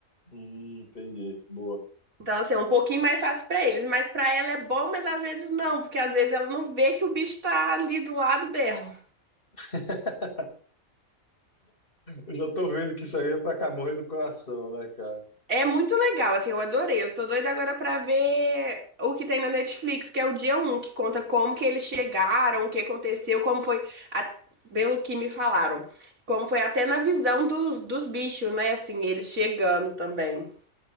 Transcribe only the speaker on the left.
Hum, entendi. Boa.
<laughs> Eu já tô vendo que isso aí é pra Camorra do coração, né, cara?